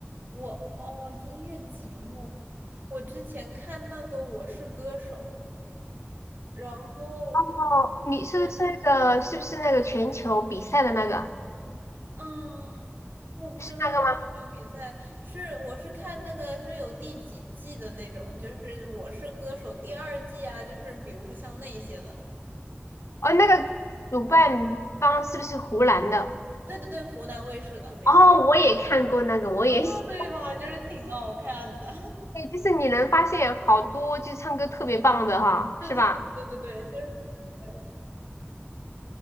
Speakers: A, on the right; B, on the left.
A: 我哦，音乐节目，我之前看那个《我是歌手》，然后
B: 哦，你说的是那个，
A: 对，
B: 是不是那个全球比赛的那个？
A: 嗯，我不知道是选手比赛，
B: 是那个吗？
A: 是我是看那个是有第几季的那种，就是《我是歌手》第二季啊，就是比如说像那些的，
B: 哦，那个主办方是不是湖南的？
A: 对对对，湖南卫视的，没错
B: 哦，我也看过那个，我也喜，
A: 啊，对吧？就是挺好看的。
B: 哎，就是你能发现好多就唱歌特别棒的哈，
A: 对对对对对对对，
B: 是吧？
A: 就是，嗯，